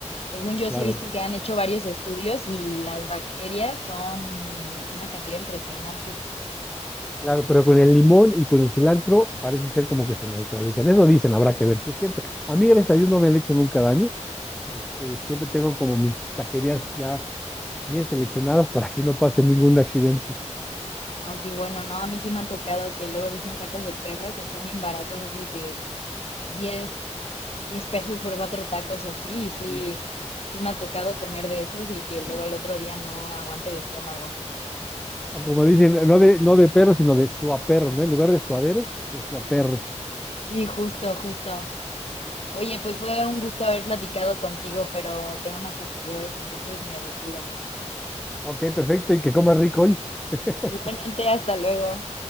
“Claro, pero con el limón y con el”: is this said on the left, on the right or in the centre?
Centre